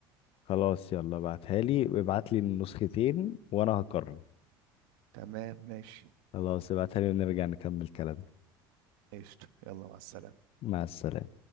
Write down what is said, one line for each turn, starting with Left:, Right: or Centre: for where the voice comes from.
Left: خلاص يلا ابعتها لي وابعت لي النسختين وانا هقرر
Right: تمام ماشي
Left: خلاص ابعتها لي ونرجع نكمل كلام
Right: قشطه يلا مع السلامه
Left: مع السلامة